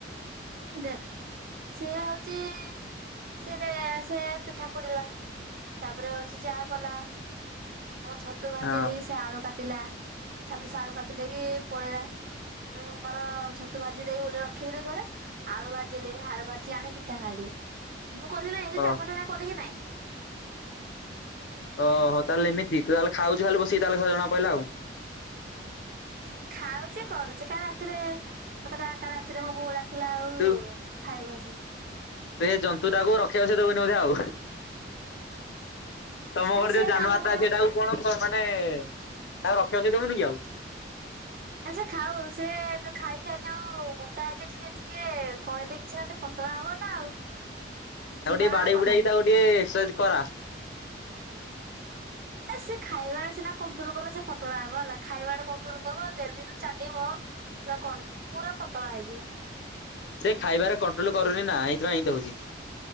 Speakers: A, on the right; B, on the left.
A: ଦେଖ ସେ ହଉଛି ସେି ସେ ପିଠା ପୋଡିଲା ତାପରେ ହଉଛି ଯା କଲା ମୁଁ ଛତୁ ଭାଜିଲି
B: ହଁ
A: ସେ ଆଳୁ କାଟିଲା ତାପରେ ସେ ଆଳୁ କାଟି ଦେଇେଇକି ପଳେଇଲା। ମୁଁ ମୋର ଛତୁ ଭାଜି ଦେଇି ଗ ରଖିଥିଲି ଘରେ। ଆଳୁ ଭ ବାଜିଲେ ଆଳୁ ଭଜି ଆଣି ପିଠା ଖାଇଲେ ମୁଁ କଲି ନାାଇଁ ଏ
B: ଓ
A: କାମଟା ନା କଲି କି ନାଇଁ?
B: ଓହୋ ତାହେଲେ ଏମତି ତ ତାହେ ଖାଉଛ ଖାଲି ବସିକ ତାହେଲେ ଜଣା ପିଲଲା ଆଉ।
A: ଖାଉଛି କରୁଛି କା ରାତିରେ ମତେ କା ରାତିରେ ମୋ ବୁଉଳା ଦେଖିଲା ଆଉ
B: ତୁ
A: ଖାଇବାସ।
B: ତୁ ସେ ଜନ୍ତୁାକୁ ରଖିବାକୁ ସେ ଦେବନିୋଧେ ଆଉ। ତମ
A: ଆରେ
B: ଘରେ
A: ସେ
B: ଯୋଉ ଜାନୁଆର
A: କାମ
B: ଟା
A: କରୁନୁ
B: ଅଛି ସେଇଟାକୁ କଣ ମାନେ ତାକୁ ରଖିବା ଦେମୁନି କି ଆଉ।
A: ଆରେ ସେ ଖାଉ ସେ ଯୋଉ ଖାଇ ଖାଇ ଯୋଉ ମୋଟା ହେଇଛି ଟିକେ ଟିକେ କହିଦେଇକି ସିନା ପ ତ ଆମର ନା ଆଉ। ପୁଣି
B: ଆଉ ଟିକେ
A: ବାହା
B: ବାଡେଇ
A: ହବ
B: ବୁଡାଇକି
A: ନାହିଁ।
B: ତାକୁ ଟିକେ ଏକ୍ସରସାଇଜ କରା।
A: ସେ ଖାଇବାରେ ସିନା କଣ୍ଟ୍ରୋଲ କଲେ ସେ ପତଳା ହବ ହେଲା, ଖାଇବାଟା କଣ୍ଟ୍ରୋଲ କରିବ ଡେଲି ଚାଲିବ ପୁରା କଣ, ପୁରା ପତଳା ହେଇଯିବ।
B: ସେ ଖାଇବାରେ କଣ୍ଟ୍ରୋଲ କରୁନି ନା, ହେଇଥିପାଇଁ ଏନ୍ତି ହଉଚି।